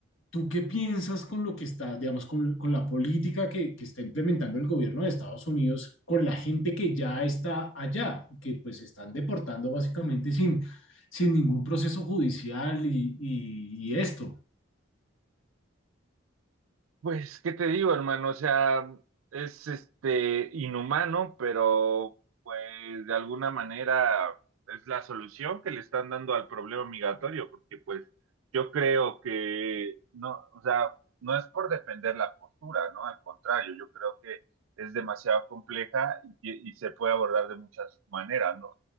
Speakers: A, on the left (about 75°); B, on the right (about 85°).
A: ¿tú qué piensas con lo que está, digamos, con, con la política que, que está implementando el gobierno de Estados Unidos, con la gente que ya está allá y que pues están deportando básicamente sin, sin ningún proceso judicial y, y, y esto,
B: Pues, ¿qué te digo, hermano? O sea, es este inhumano, pero pues de alguna manera es la solución que le están dando al problema migratorio, porque pues yo creo que no, o sea, no es por defender la postura, ¿no? Al contrario, yo creo que es demasiado compleja y, y se puede abordar de muchas maneras, ¿no?